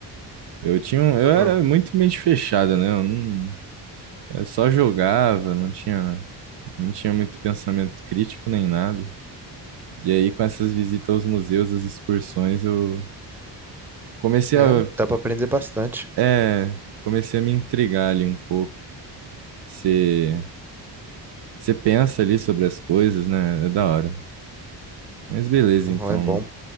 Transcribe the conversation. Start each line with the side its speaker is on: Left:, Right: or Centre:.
Right: Eu tinha, um- eu
Centre: Aham.
Right: era muito mente fechada, né? Eu não, eu só jogava, não tinha, não tinha muito pensamento crítico nem nada. E aí, com essas visitas aos museus, as excursões, eu comecei
Centre: É,
Right: a,
Centre: dá pra aprender bastante.
Right: é, comecei a me intrigar ali um pouco. Você, você pensa ali sobre as coisas, né? É da hora. Mas beleza,
Centre: Aham,
Right: então.
Centre: é bom.